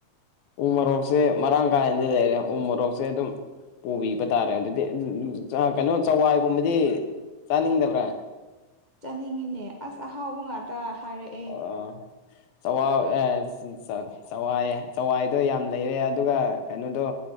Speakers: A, on the left; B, on the left.
A: ꯎꯃꯣꯔꯣꯛꯁꯦ ꯃꯔꯥꯡ ꯀꯥꯏꯅꯗꯤ ꯂꯩꯔꯦ ꯎ ꯃꯣꯔꯣꯛꯁꯦ ꯑꯗꯨꯝ ꯄꯨꯣꯕꯤꯕ ꯇꯥꯔꯦ ꯑꯗꯨꯗꯤ ꯀꯩꯅꯣ ꯆꯋꯥꯏꯒꯨꯝꯕꯗꯤ ꯆꯥꯅꯤꯡꯗꯕ꯭ꯔꯥ
B: ꯆꯅꯤꯡꯉꯤꯅꯦ ꯑꯁ ꯑꯍꯥꯎꯕ ꯉꯥꯛꯇ ꯍꯥꯏꯔꯛꯑꯦ
A: ꯑ ꯆꯋꯥ <inaudible> ꯆꯋꯥꯏ ꯆꯋꯥꯏꯗꯣ ꯌꯥꯝ ꯂꯩꯔꯦ ꯑꯗꯨꯒ ꯀꯩꯅꯣꯗꯣ